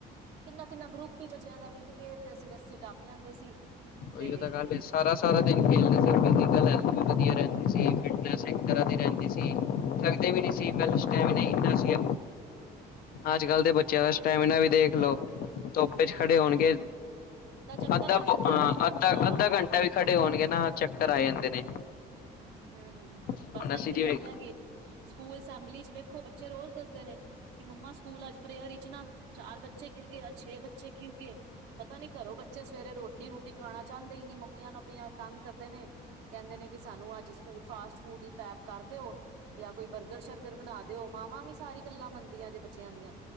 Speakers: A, on the right; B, on the left.
A: ਕਿੰਨਾ-ਕਿੰਨਾ ਗਰੁੱਪ ਈ, ਬੱਚਿਆਂ ਦਾ ਮਿਲ ਕੇ ਤੇ ਅਸੀਂ ਰੱਸੀ ਟੱਪ ਲੈਂਦੇ ਸੀ। ਤੇ
B: ਉਈਓ ਤਾਂ ਗੱਲ ਏ। ਸਾਰਾ-ਸਾਰਾ ਦਿਨ ਖੇਲਦੇ ਸੀ। <unintelligible> ਵਧੀਆ ਰਹਿੰਦੀ ਸੀ ਫਿਟਨੈਂਸ। ਇੱਕ ਤਰ੍ਹਾਂ ਦੀ ਰਹਿੰਦੀ ਸੀ। ਥੱਕਦੇ ਵੀ ਨੀ ਸੀ। ਪਹਿਲੇ ਸਟੈਮਿਨਾ ਈ ਇੰਨਾ ਸੀ। ਅੱਜ-ਕੱਲ੍ਹ ਦੇ ਬੱਚਿਆਂ
A: ਹਾਂ
B: ਦਾ ਸਟੈਮੀਨਾ ਵੀ ਦੇਖ ਲੋ ਧੁੱਪ 'ਚ
A: ਹਾਂ
B: ਖੜੇ ਹੋਣਗੇ,
A: ਤਾਂ ਚੱਕਰ
B: ਅੱਧਾ
A: ਆ ਜਾਂਦੇ
B: ਪੌ ਅ
A: ਜੇ
B: ਅੱਧਾ
A: ਹਾਂ
B: ਘੰਟਾ ਵੀ ਖੜੇ ਹੋਣਗੇ ਨਾ, ਚੱਕਰ ਆ ਜਾਂਦੇ ਨੇ।
A: ਹੂੰ-ਹੂੰ,
B: ਹੁਣ
A: ਬਸ ਇਹੀ
B: ਅਸੀਂ
A: ਤੇ
B: ਜਿਵੇਂ
A: ਗੱਲ ਹੈਗੀ ਏ। ਸਕੂਲ ਅਸੈਂਬਲੀ 'ਚ ਵੇਖੋ, ਬੱਚੇ ਰੋਜ਼ ਦੱਸਦੇ ਨੇ ਕਿ ਮੰਮਾ ਸਕੂਲ ਅੱਜ ਪ੍ਰੇਅਰ 'ਚ ਨਾ, ਚਾਰ ਬੱਚੇ ਗਿਰ ਗੇ ਅ ਛੇ ਬੱਚੇ ਗਿਰ ਗੇ। ਪਤਾ ਨੀ ਘਰੋ ਬੱਚੇ ਸਵੇਰੇ ਰੋਟੀ-ਰੂਟੀ ਖਾਣਾਂ ਚਾਹੁੰਦੇ ਈ ਨੀ। ਮੰਮੀਆਂ ਨੂੰ ਆਪਨੀਆਂ ਨੂੰ ਤੰਗ ਕਰਦੇ ਨੇ। ਕਹਿੰਦੇ ਨੇ ਕਿ, ਸਾਨੂੰ ਅੱਜ ਸਕੂਲ ਫਾਸਟ-ਫੂਡ ਈ ਪੈਕ ਕਰ ਦਿਓ। ਜਾਂ ਕੋਈ ਬਰਗਰ-ਸ਼ਰਗਰ ਬਣਾ ਦਿਓ। ਮਾਵਾਂ ਵੀ ਸਾਰੀ ਗੱਲਾਂ ਮੰਨਦੀਆਂ ਜੇ ਬੱਚਿਆਂ ਦੀਆਂ।